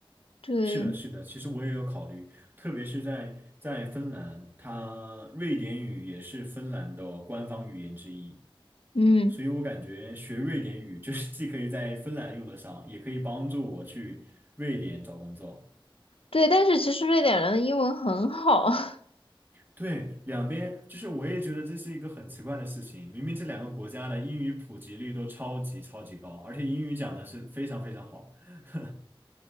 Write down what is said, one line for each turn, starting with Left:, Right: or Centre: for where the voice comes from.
Left: 对，
Right: 是的，是的，其实我也有考虑，特别是在在芬兰，它瑞典语也是芬兰的官方语言之一，
Left: 嗯，
Right: 所以我感觉学瑞典语 <laughs> 就是既可以在芬兰用得上，也可以帮助我去瑞典找工作。
Left: 对。但是其实瑞典人的英文很好，<laughs>
Right: 对，两边就是我也觉得这是一个很奇怪的事情，明明这两个国家的英语普及率都超级超级高，而且英语讲的是非常非常好，<laughs>